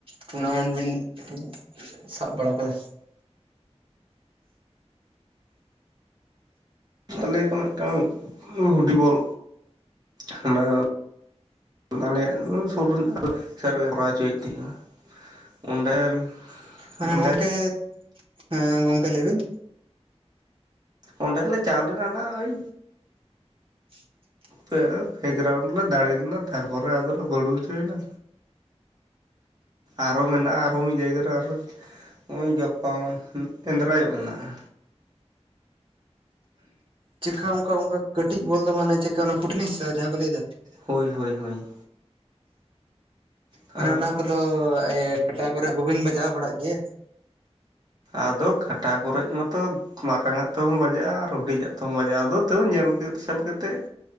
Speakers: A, on the right; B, on the right.
A: ᱴᱩᱨᱱᱟᱢᱮᱱᱴ ᱵᱤᱱ <inaudible> ᱥᱟᱵ ᱵᱟᱲᱟ ᱟᱠᱟᱫᱟ?
B: ᱟᱞᱮ ᱠᱚ ᱢᱤᱫᱴᱟᱝ ᱦᱩᱰᱤᱧ ᱵᱚᱞ, ᱦᱟᱱᱟ ᱢᱟᱱᱮ ᱟᱞᱮ ᱥᱩᱨ ᱥᱮᱫ ᱨᱮᱜᱮ ᱠᱚᱨᱟᱣ ᱦᱚᱪᱚᱭᱮᱫ ᱛᱟᱦᱮᱸᱜᱼᱟ᱾ ᱚᱸᱰᱮ
A: ᱢᱟᱱᱮ
B: ᱚᱸᱰᱮ
A: ᱜᱚᱝᱠᱮ, ᱦᱮᱸ ᱜᱚᱝᱠᱮ ᱞᱟᱹᱭ ᱵᱤᱱ᱾
B: ᱚᱸᱰᱮ ᱞᱮ ᱪᱟᱣᱞᱮ ᱞᱮᱱᱟ ᱳᱭ
A: <unintelligible>
B: ᱯᱮ, ᱯᱮ ᱜᱨᱟᱣᱩᱱᱰ ᱞᱮ ᱫᱟᱲᱮ ᱞᱮᱱᱟ ᱛᱟᱨᱯᱚᱨᱮ ᱟᱫᱚᱞᱮ ᱵᱟᱹᱲᱩ ᱦᱚᱪᱚᱭᱮᱱᱟ᱾ ᱟᱨᱚ ᱢᱮᱱᱟᱜᱼᱟ ᱟᱨᱚᱸ ᱢᱤᱫ ᱡᱟᱭᱜᱟ ᱨᱮ ᱟᱨᱚ ᱦᱚᱸᱜᱼᱚᱭ ᱜᱟᱯᱟ, ᱮᱸᱫᱽᱨᱟᱭᱚᱜ ᱢᱮᱱᱟᱜᱼᱟ᱾
A: ᱪᱮᱠᱟ ᱚᱝᱠᱟ ᱚᱝᱠᱟ ᱠᱟᱹᱴᱤᱡ ᱵᱚᱞ ᱫᱚ ᱢᱟᱱᱮ ᱪᱮᱠᱟ ᱚᱱᱟ ᱯᱷᱩᱴᱱᱤᱥ ᱡᱟᱦᱟᱸ ᱠᱚ ᱞᱟᱹᱭ ᱮᱫᱟ?
B: ᱦᱳᱭ ᱦᱳᱭ ᱦᱳᱭ᱾ ᱛᱟᱦᱚᱞᱮ
A: ᱢᱟᱱᱮ ᱚᱱᱟ ᱠᱚᱫᱚ ᱠᱟᱴᱟ ᱮᱭ ᱠᱚᱨᱮ ᱵᱟᱹᱵᱤᱱ ᱵᱟᱡᱟᱣ ᱵᱟᱲᱟᱜ ᱜᱮᱭᱟ?
B: ᱟᱫᱚ ᱠᱟᱴᱟ ᱠᱚᱨᱮᱡ ᱢᱟᱛᱚ ᱢᱟᱨᱟᱝ ᱟᱜ ᱛᱮᱦᱚᱸᱢ ᱵᱟᱡᱟᱜᱼᱟ, ᱟᱨ ᱦᱩᱰᱤᱧ ᱟᱜ ᱛᱮᱦᱚᱸᱢ ᱵᱟᱡᱟᱜᱼᱟ ᱟᱫᱚ ᱛᱟᱹᱣ ᱧᱮᱞ ᱥᱮᱱ ᱠᱟᱛᱮᱫ